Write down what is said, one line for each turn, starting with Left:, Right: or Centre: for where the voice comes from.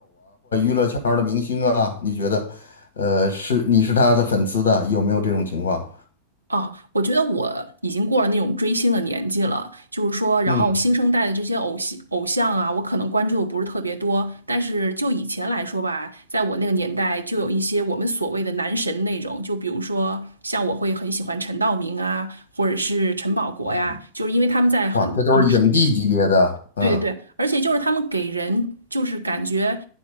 Left: 这样的明星啊？你觉得，呃，是你是他的粉丝的，有没有这种情况？
Right: 哦，我觉得我已经过了那种追星的年纪了，就是说，然后新生代的这些偶像偶像啊，
Left: 嗯，
Right: 我可能关注的不是特别多，但是就以前来说吧，在我那个年代，就有一些我们所谓的男神那种，就比如说像我会很喜欢陈道明啊，或者是陈宝国呀，
Left: 哦
Right: 就是因为他们在很影视
Left: 哇，这都是影帝级别的，嗯
Right: 对对对，而且就是他们给人就是感觉